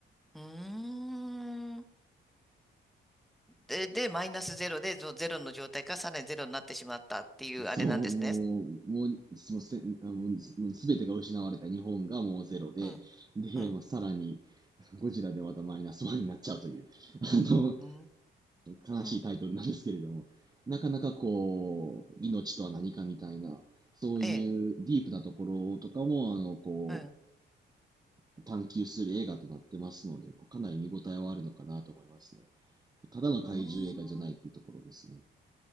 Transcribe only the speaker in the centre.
うーん。で、で、マイナスゼロで、そのゼロの状態からさらにゼロになってしまったっていうあれなんですね。
うん、
うん。
うー
ん。
ええ、
うん。
うーん